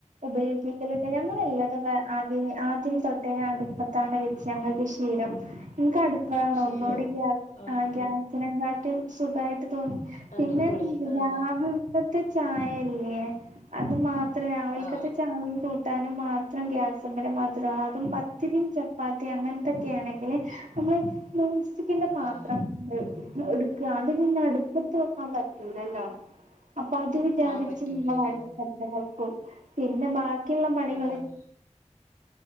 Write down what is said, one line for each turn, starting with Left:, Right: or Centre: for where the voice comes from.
Right: ഉപയോഗിക്കല് ണ്ട് ഞങ്ങൾല്ലാതും ആദ്യ ആദ്യം തൊട്ടേ അടുപ്പത്താണ്. ഞങ്ങൾക്ക് ശീലം നിങ്ങക്ക് അടുപ്പണോ
Left: ശീലോ
Right: ഒന്നുകൂടി ആ
Left: ആഹ്
Right: ക്യാ ക്യാ.
Left: ഉം
Right: അതിനെക്കാട്ടും സുഖമായിട്ട് തോന്നി പിന്നെന്ത
Left: അടിപൊളി ആഹ്
Right: രാവിൽക്കത്തെ ചായ. അത് മാത്രം രാവൽക്കത്തെ.
Left: ആഹ്
Right: ചായയും കൂട്ടാനും മാത്രം ഗ്യാസമ്മ ല് മാത്രമാക്കുംഅതും പത്തിരിയും ചപ്പാത്തി. അങ്ങനത്തൊക്കെ ആണെങ്കിൽ നമ്മൾ നോൺ സ്റ്റിക്കിന്റെ പാത്രം.
Left: ആഹ്
Right: എടുക്ക അതി പിന്ന അടുപ്പത്ത് വെക്കാൻ പറ്റൂലല്ലോ. അപ്പൊ അത് വിചാരിച്ച്
Left: ആഹ് പറ്റൂലല്ലോ
Right: നമ്മൾ അടു പത്ത് വെക്കും പിന്നെ ബാക്കിയുള്ള പണികൾ.
Left: ആഹ്